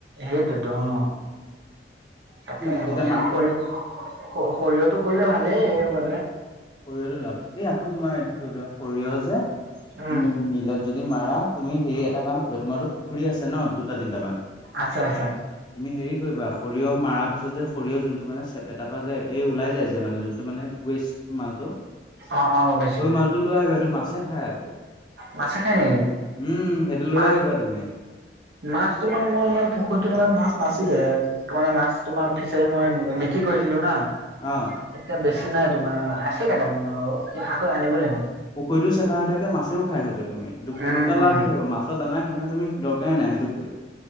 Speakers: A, on the right (about 65°); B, on the left (about 25°).
A: সেইটোৱেতো অ তাকে
B: তুমি যেতিয়া এতিয়া মাৰ্কেটত
A: সৰিয়হ, খৰিৰটো কৰিলে ভালেই মানে
B: সৰিয়হটো লাভ, আছে এই আকৌ তোমাৰ এইটো ধৰি লোৱা সৰিয়হ যে
A: উম
B: তুমি মিলত যদি মাৰা তুমি সেই এটা কাম কৰিবা, তোমাৰতো পুখুৰী আছে ন' দুটা তিনিটামান
A: আছে আছে
B: তুমি হেৰি কৰিবা, সৰিয়হ মাৰা পাছত যে সৰিয়হ যোনটো মানে চেপেটা পৰা যে, ওলাই যায় যে ওবেসট মালটো
A: অ অ গম পাইছো
B: সেই মা সেইটো লৈ আহিবা সেইটো মাছে খাই আকৌ,
A: মাছে খাই নেকি
B: উম', সেইটো লৈ
A: মাছ
B: আহিবা তুমি।
A: মাছ তোমাৰ মই ইমান পুখুৰীতত ই মাছ নাছিলে, ত' মে মাছ তোমাৰ ফিচাৰি মই কি কৈছিলো না।
B: অ',
A: এতিয়া বেছি নাই তোমাৰ, আছে কেইটামান আৰু আকৌ আনিব লাগিব।
B: পুখুৰীও চেফা হৈ থাকে মাছেও খায় সেইটো তুমি,
A: উম
B: দুটা
A: উম
B: লাভ হৈ যাব মাছ মাছৰ দানা কিনাৰ তুমি দৰকাৰে নাই সেইটোকে